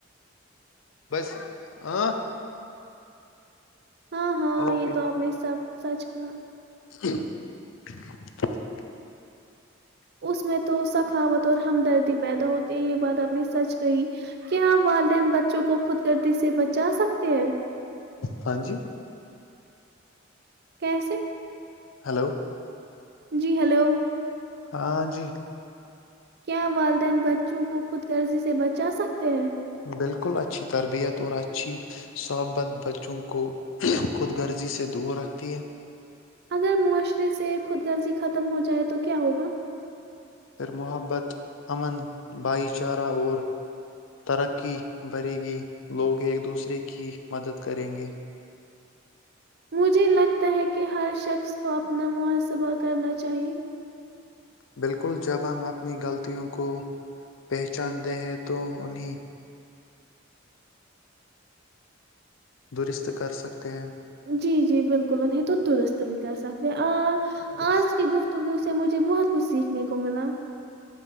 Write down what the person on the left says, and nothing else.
بس ہ
اوکے
ہ <inaudible>
ہاں جی
ہلو
ہاں جی
بالکل اچھی تربیت اور اچھی صحبت بچوں کو خود غرضی سے دور رکھتی ہے
پھر محبت امن بھائی چارہ اور ترقی بھرے گی لوگ ایک دوسرے کی مدد کریں گے
بالکل جب ہم اپنی غلطیوں کو پہچانتے ہیں تو انہیں درست کر سکتے ہیں
درست۔